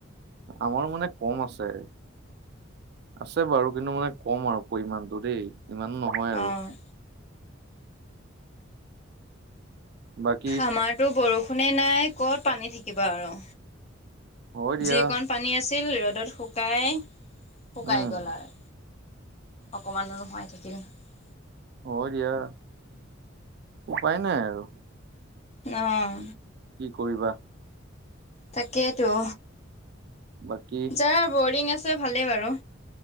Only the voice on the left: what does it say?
অ'
আমাৰতো বৰষুণে নাই। ক'ত পানী থাকিবা আৰু
যিকণ পানী আছিল ৰ'দত শুকাই শুকাই
গ'ল আৰু অকমানো নোহোৱাই থাকিল <unintelligible>
আহ
তাকেইতো
যাৰ বৰিং আছে ভালেই বাৰু